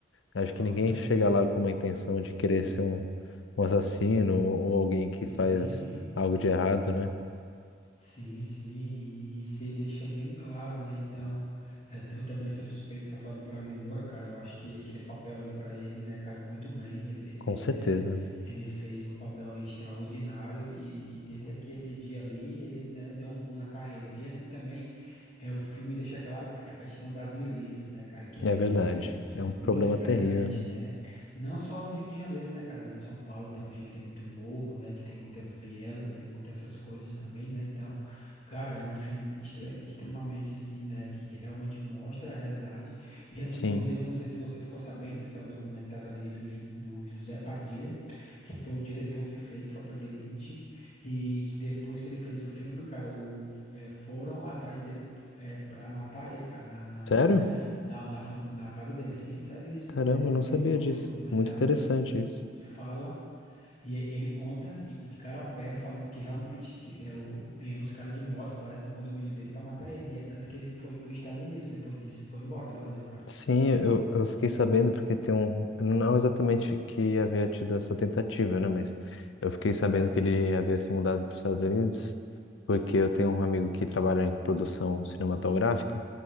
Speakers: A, on the left; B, on the left.
A: Acho
B: com
A: que ninguém
B: certeza.
A: chega lá com uma intenção de querer ser um, um assassino ou ou alguém que
B: Sim.
A: faz algo de errado, né?
B: Sim, sim, e isso aí deixa bem claro, né? Então, é, eu também sou suspeito para falar do Wagner Moura, cara. Eu acho que aquele papel ali para ele, né, caiu muito bem. Ele, ele,
A: Com certeza.
B: né, ele fez um papel ali extraordinário e, e desde aquele dia ali, ele, né, deu um boom na carreira. E assim também, é, o filme deixa claro a questão das milícias, né, cara, que
A: É
B: é,
A: verdade.
B: que é, que, que
A: É
B: é
A: um
B: muito
A: problema
B: presente,
A: terrível, né?
B: né? Não só no Rio de Janeiro, né, cara? Ali em São Paulo também, que tem muito morro, né? Que tem muita viela, tem muitas essas coisas também, né? Então, cara, é um filme extre- extremamente assim, né? Que realmente mostra a realidade. E assim,
A: Sim.
B: inclusive, eu não sei se você ficou sabendo que saiu um documentário ali do, Ju- do José Padilha, que foi o diretor que fez Tropa de Elite, e que depois que ele fez o filme, cara, o, eh, foram atrás dele é, para matar ele, cara, na, na
A: Sério?
B: na, na, fam- na casa dele, sim, é seríssimo,
A: Caramba,
B: entendeu?
A: eu não sabia
B: Ele co-
A: disso.
B: tem um documentário
A: Muito interessante
B: que,
A: isso.
B: que fala, e e- ele conta de, de cara aberta, falando que realmente ti- é, o, vieram os caras de moto, parece no condomínio dele, pra matar ele. E é tanto que ele foi pros Estados Unidos depois disso. Ele foi embora do Brasil, cara.
A: Sim, eu, eu fiquei sabendo porque tem um. Não exatamente que havia tido essa tentativa, né? Mas eu fiquei sabendo
B: Uhum,
A: que ele havia se mudado para os Estados Unidos, porque eu tenho um amigo que trabalha em produção cinematográfica